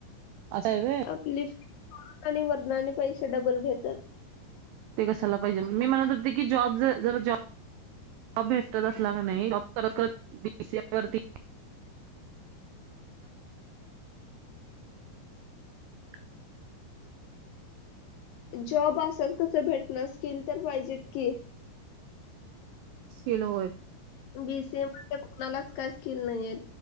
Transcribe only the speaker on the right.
असं आहे व्हय.
ते कसायला पाहिजे मी म्हणत होते की जॉब जर जरा जॉब जॉ भेटत असला का नाही जॉब करत करत बीीसीआय वती <unintelligible> <inaudible> <inaudible>
केल हो